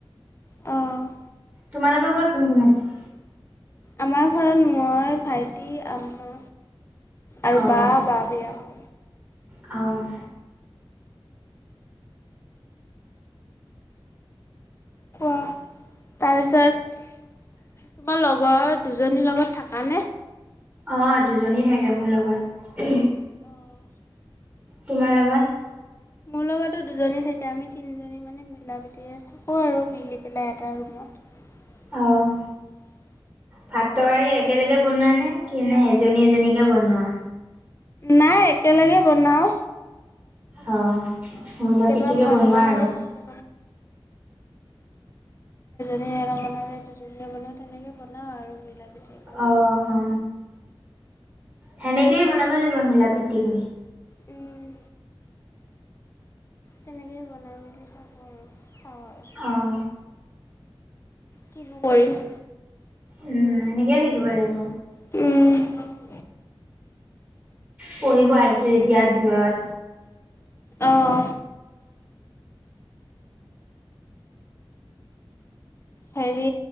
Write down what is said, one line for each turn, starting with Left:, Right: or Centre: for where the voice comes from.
Left: অ',
Right: তোমালোকৰ ঘৰত কোন-কোন আছে?
Left: আমাৰ ঘৰত মই, ভাইটি, আম্মা আৰু
Right: অ',
Left: বা-বা বিয়া হয়।
Right: অ',
Left: কোৱা তাৰপিছত তোমাৰ লগৰ দুজনিৰ লগত থাকা নে?
Right: অ, দুজনী থাকে মোৰ লগত।
Left: অ',
Right: তোমাৰ লগত?
Left: মোৰ লগতো দুজনী থাকে আমি তিনিজনী মান মানে মিলা প্ৰিতিৰে থাকোঁ আৰু মিলি পেলাই এটা ৰোমত <inaudible>
Right: অ', ভাত তৰকাৰী একেলগে বনোৱা নে কি নাই এজনী-এজনীকে বনোৱা?
Left: নাই একেলগে বনাওঁ।
Right: অ, মিলাপিটিকে
Left: কেতিয়াবা মই
Right: বনোৱা
Left: নবনালে
Right: আৰু?
Left: <unintelligible> এজনীয়ে আৰু মানে বনালে যেনে মানে তেনেকে বনাওঁ আৰু মিলা প্ৰীতিকৈ।
Right: অ অ, সেনেকেই বনাব লাগিব আৰু মিলা প্ৰীতি কৰি
Left: উম। তেনেকৈ বনাই মেলি থাকোঁ আৰু খাওঁ,
Right: অঁ।
Left: কিনো কৰিম।
Right: উম এনেকেই থাকিব লাগিব।
Left: উম।
Right: পঢ়িব আহিছো যেতিয়া দূৰত,
Left: অঁ। হেৰি